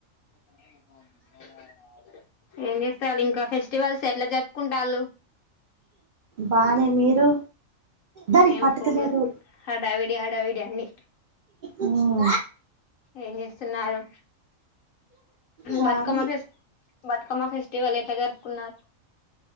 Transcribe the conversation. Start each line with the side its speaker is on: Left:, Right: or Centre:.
Left: బ్లాంక్ ఏం చేస్తలు ఇంకా ఫెస్టివల్స్ ఎట్ల జరుపుకుంటాళ్ళు
Right: బానే మీరు దానికి
Left: మేము
Right: పట్టుత
Left: ఫుల్
Right: లేదు
Left: హడావిడి హడావిడి అన్ని
Right: ఉమ్
Left: ఏం చేస్తున్నారు
Right: ఖాళీ
Left: బతుకమ్మ ఫెస్ బతుకమ్మ ఫెస్టివల్ ఎట్ల జరుపుకున్నారు